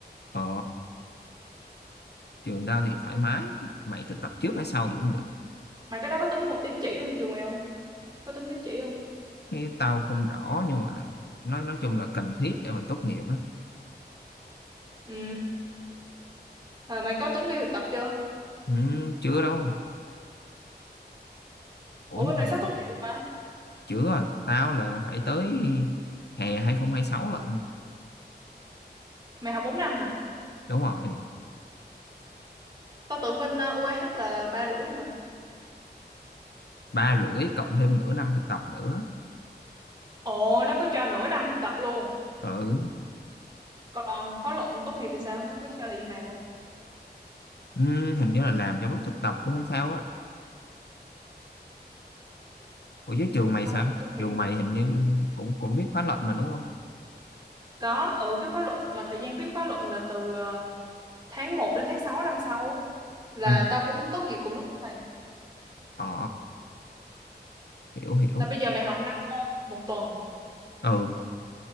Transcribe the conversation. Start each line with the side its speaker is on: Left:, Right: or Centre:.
Left: ờ trường tao thì thoải mái mày thực tập trước hay sau gì cũng được
Right: Mày cái đó có tính một tín chỉ bên trường mày không? Có tính tín chỉ không?
Left: cái tao không rõ nhưng mà nói nói chung là cần thiết để mà tốt nghiệp á
Right: Ừ. Rồi mày có tính đi thực tập chưa?
Left: Ừm, chưa đâu ủa
Right: Ủa bên
Left: nhưng
Right: này sắp
Left: mà
Right: tốt nghiệp rồi mà.
Left: chưa à. tao là phải tới hè 2026 lận
Right: Mày học 4 năm hả?
Left: đúng rồi
Right: Tao tưởng bên uh, UAH là ba rưỡi mà.
Left: ba rưỡi cộng thêm nửa năm thực tập nữa
Right: Ồ, nó có cho nửa năm thực tập luôn.
Left: ừ.
Right: Còn khóa luận tốt nghiệp thì sao? Nó có cho thời gian làm không?
Left: ừ hình như là làm trong lúc thực tập luôn hay sao á ủa chứ trường mày
Right: Khóa
Left: sao
Right: luận tốt nghiệp.
Left: trường mày hình như cũng cũng viết khóa luận mà đúng không
Right: Có, ừ viết khóa luận. Mà thời gian viết khóa luận là từ ờ, tháng một đến tháng 6 năm sau á. Là
Left: ừ
Right: tao cũng tốt nghiệp cùng lúc mày.
Left: ờ hiểu hiểu
Right: Là bây giờ mày học 5 môn một tuần.
Left: ừ